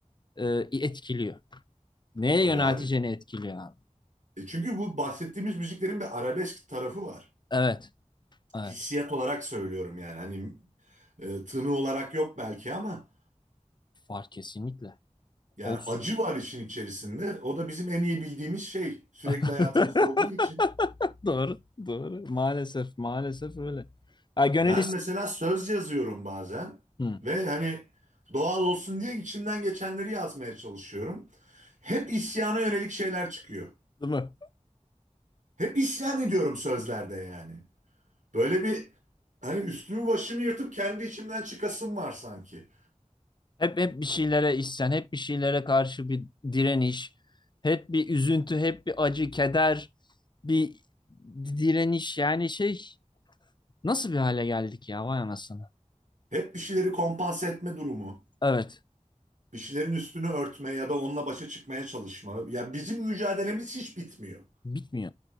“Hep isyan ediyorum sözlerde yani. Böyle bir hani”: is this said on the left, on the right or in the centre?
Right